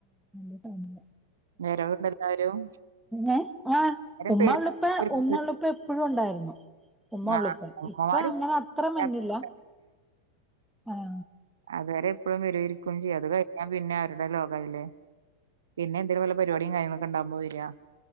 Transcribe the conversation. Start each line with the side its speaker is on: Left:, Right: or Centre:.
Centre: ഉ തഞ്ഞ
Right: വരണ്ട് എല്ലാരും
Centre: െ ആ ഉമ്മള്ളുപ്പ
Right: പെരുന്നാക്ക് ഒരുമിച്ച്
Centre: ഉമ്മള്ളുപ്പ എപ്പോഴും ഉണ്ടായിരുന്നു ഉമ്മ ഉള്ളൂപ്പ
Right: ആഹ് ഉമ്മമാരും
Centre: ഇപ്പ അങ്ങനെ അത്ര
Right: ഉപ്പയൊക്കെ
Centre: മന്നില്ല ആഹ
Right: അതുവരെ എപ്പോഴും വര ഇരിക്കയും ചെയ്യും അത് കഴിഞ്ഞാ പിന്നെ അവരുടെല്ലോ ല്ലേ പിന്നെ എന്തേലും വല്ല പരിപാടിയും കാര്യങ്ങളൊക്കെ ഉണ്ടാവകുമ്പോയി വരിക